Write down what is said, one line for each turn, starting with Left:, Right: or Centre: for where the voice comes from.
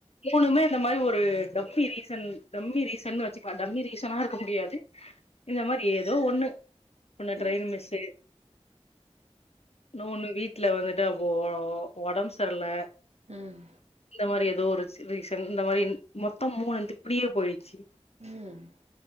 Left: மூணுமே இந்த மாரி ஒரு டம்மி ரீசன் டம்மி ரீசன்னு வச்சுக்கலா டம்மி ரீசனா இருக்க முடியாது இந்த மாரி ஏதோ ஒண்ணு ஒண்ணு ட்ரெய்ன்
Right: ம்
Left: மிஸ்ஸு இன்னோ ஒண்ணு வீட்ல வந்துட்டு அப்போ ஒ ஒடம்பு சர்ல
Right: ம்
Left: இந்த மாரி ஏதோ ஒரு சி ரீசன் இந்த மாரி இன் மொத்தோ மூணு வந்து இப்டியே போய்றுச்சு
Right: ம்